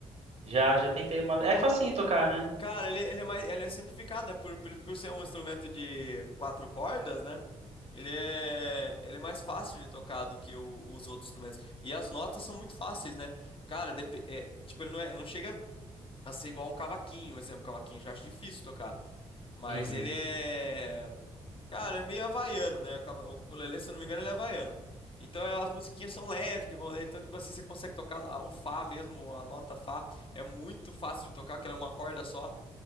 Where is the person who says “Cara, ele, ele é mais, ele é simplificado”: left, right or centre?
Left